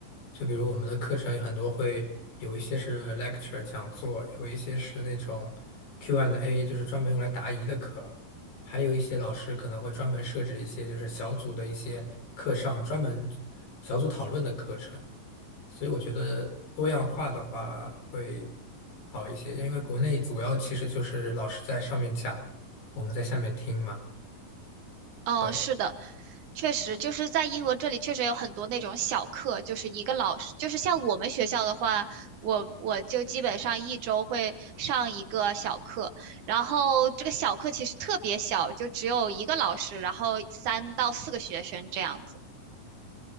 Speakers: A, on the left (about 85°); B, on the right (about 65°).
A: 就比如我们的课程有很多会有一些是 lecture 讲座，有一些是那种 Q&A，就是专门用来答疑的课。还有一些老师可能会专门设置一些就是小组的一些课上专门小组讨论的课程。所以我觉得多样化的话会好一些，因为国内主要其实就是老师在上面讲，我们在下面听嘛。
B: 哦，
A: 对，
B: 是的，确实就是在英国这里确实有很多那种小课，就是一个老师，就是像我们学校的话，我我就基本上一周会上一个小课，然后这个小课其实特别小，就只有一个老师，然后三到四个学生这样子。